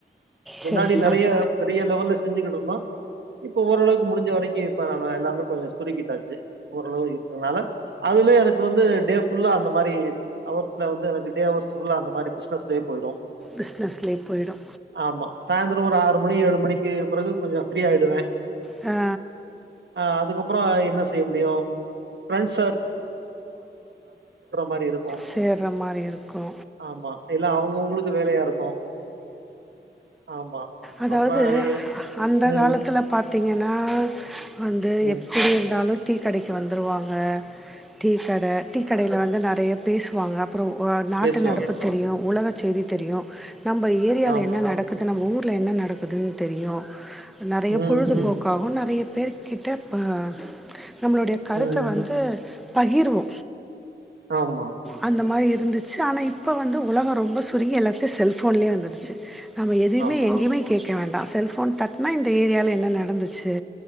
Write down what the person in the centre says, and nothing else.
சரி
சரி
பிஸ்னஸ்லே போயிடு
ஆ
சேர்ற மாரி இருக்கு
அதாவுது
அந்த
காலத்தில பாத் பாத்திங்கன்னா வந்து
எப்டி இருந்தாலு டீ கடைக்கு வந்துருவாங்க டீ கட டீ கடைல வந்து நெறைய பேசுவாங்க அப்றோ நாட்டு
நடப்பு தெரியு உலக செய்தி தெரியு நம்ம ஏரியால
என்ன நடக்குது நம்ம ஊர்ல என்ன நடக்குதுன் தெரியு நெறைய
பொழுது
போக்காகு நெறைய பேர்கிட்ட ப நம்மளுடைய கருத்த
வந்து பகிர்வோ
அந்த மாரி இருந்துச்சு ஆனா இப்போ வந்து உலகோ ரொம்போ சுருங்கி எல்லாத்தையு செல்ஃபோன்லேயே வந்துருச்சு நம்ம எதயிமே
எங்கேயிமே கேக்க வேண்டா செல்ஃபோன் தட்னா இந்த ஏரியால என்ன நடந்துச்சு